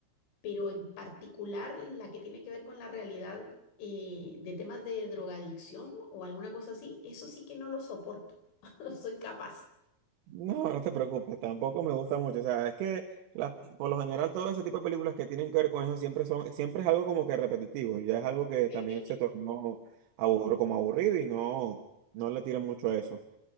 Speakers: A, on the left; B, on the right.
A: pero en particular la que tiene que ver con la realidad eh, de temas de drogadicción o alguna cosa así, eso sí que no lo soporto, <laughs> no soy capaz.
B: No, <laughs> no te preocupes, tampoco me gusta mucho. O sea, es que las- por lo general todo ese tipo de películas que tienen que ver con eso siempre son, siempre es algo como que repetitivo, ya es algo que
A: Eh,
B: también se tornó aburro, como aburrido y no, no le tiran mucho a eso.